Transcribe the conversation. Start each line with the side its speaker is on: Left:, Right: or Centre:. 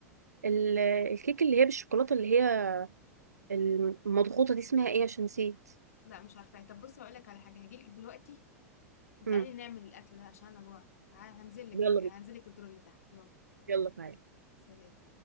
Right: ال- الكيك اللي هي بالشوكولاته اللي هي المضغوطه دي اسمها ايه عشان نسيت
Left: لا مش عارفة طب بصي هقول لك على حاجة هجيلك دلوقتي وتعالي
Right: امم
Left: نعمل الأكل ده عشان أنا جوعت هنزلك
Right: يلا
Left: هنزلك
Right: بينا
Left: الدور اللي تحت يلا
Right: يلا تعالى
Left: سلام